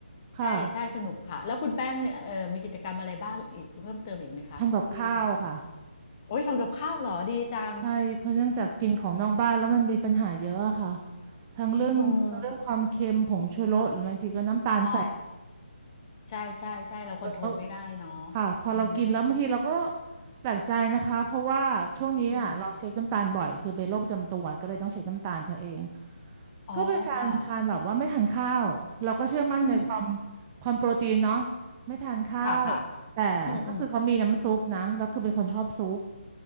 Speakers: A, on the right; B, on the left.
A: ค่ะ
B: ใช่ใช่สนุกค่ะแล้วคุณแป้งเนี่ยเออมีกิจกรรมอะไรบ้างอีกเพิ่มเติมอีกไหมคะที่ท
A: ทำกับข้าวค่ะ
B: ำโอ้ยทำกับข้าวเหรอดีจัง
A: ใช่เพราะเนื่องจากกินของนอกบ้านแล้วมันมีปัญหาเยอะอะค่ะ
B: อืม
A: ทั้งเรื่องทั้งเรื่องความเค็มผงชูรสหรือบางทีก็น้ำตาลแฝง
B: อืมอ๋อใช่ใช่ใช่เราคอนโทรลไม่ได้เนาะ
A: เราก็ ค่ะพอเรากินแล้วบางทีเราก็
B: อืม
A: แปลกใจนะคะเพราะว่าช่วงนี้อ่ะเราเช็คน้ำตาลบ่อยคือเป็นโรคประจำตัวก็เลยต้องเช็คน้ำตาลเธอเอง
B: อืมอ๋อค่ะ
A: ก็เป็นการทานแบบว่าไม่ทานข้าวเราก็เชื่อมั่นในความ
B: อืม
A: ความโปรตีนเนาะไม่ทานข้าวแต่ก็คือเขามีน้ำซุปนะแล้วคือเป็นคนชอบซุป
B: ค่ะค่ะอืมอืม